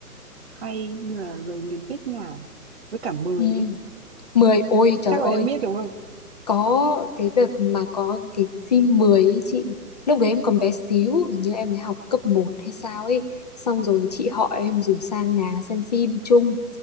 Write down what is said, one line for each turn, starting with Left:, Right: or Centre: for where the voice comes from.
Right: hay như là Lời Nguyền Hết Ngài với cả Mười
Left: Ừ,
Right: ấy
Left: 10 ôi trời
Right: chắc là
Left: ơi
Right: em biết đúng không
Left: Có cái đợt mà có cái phim 10 ấy chị Lúc đấy em còn bé xíu Hình như em mới học cấp một hay sao ấy Xong rồi chị họ em rủ sang nhà xem phim chung